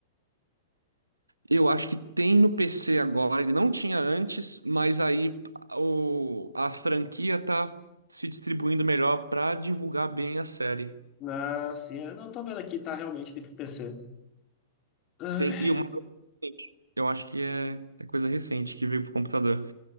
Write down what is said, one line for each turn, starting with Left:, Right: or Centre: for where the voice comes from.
Right: Eu acho que tem no PC agora, ele não tinha antes, mas aí o, a franquia tá se distribuindo melhor pra divulgar bem a série.
Left: Ah, sim. Eu não tô vendo aqui, tá? Realmente tem pro PC. Ah,
Right: Tem, e uma coisa recente. Eu acho que é, é coisa recente que veio pro computador.